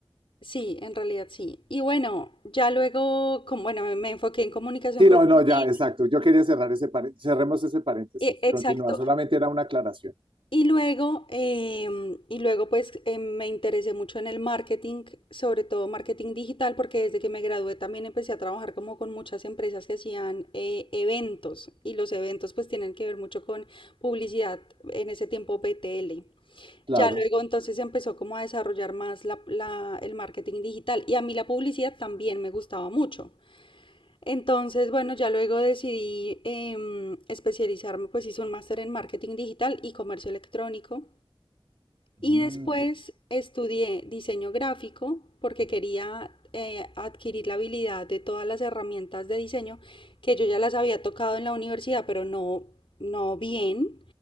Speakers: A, on the left; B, on the right.
A: Sí, en realidad sí. Y bueno, ya luego, como, bueno, me, me enfoqué en comunicación
B: Sí,
A: corporativa.
B: no, no, ya, exacto. Yo quería cerrar ese paréntesis, cerremos ese paréntesis.
A: E-
B: Continúa,
A: Exacto.
B: solamente era una aclaración.
A: Y luego, em, y luego pues em, me interesé mucho en el marketing, sobre todo marketing digital, porque desde que me gradué también empecé a trabajar como con muchas empresas que hacían eh, eventos y los eventos pues tienen que ver mucho con publicidad, en ese tiempo BTL.
B: Claro.
A: Ya luego entonces se empezó como a desarrollar más la- la- el marketing digital y a mí la publicidad también me gustaba mucho. Entonces, bueno, ya luego decidí em, especializarme, pues hice un máster en marketing digital y comercio electrónico. Y
B: Mm,
A: Mm, después estudié diseño gráfico porque quería eh, adquirir la habilidad de todas las herramientas de diseño que yo ya las había tocado en la universidad, pero no, no bien,